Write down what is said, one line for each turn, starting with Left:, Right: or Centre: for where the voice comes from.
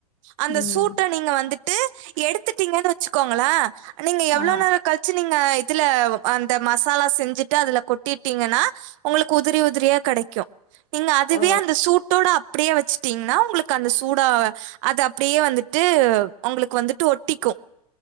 Right: அந்த
Left: ம்
Right: சூட்ட நீங்க வந்துட்டு எடுத்து த்துட்டீங்கன்னு வெச்சுக்கோங்களா நீங்க எவ்ளோ
Left: ஆ
Right: நேரோ கழிச்சு நீங்க அதுல அந்த மசாலா செஞ்சுட்டு அதுல கொட்டிட்டீங்கன்னா உங்களுக்கு உதிரி உதிரியா கடைக்கு நீங்க அதுவே
Left: ஆ
Right: அந்த சூட்டோட அப்டியே வெச்சுட்டீங்கன்னா உங்களுக்கு அந்த சூடா அத அப்படியே வந்துட்டு உங்களுக்கு வந்துட்டு ஒட்டிக்கு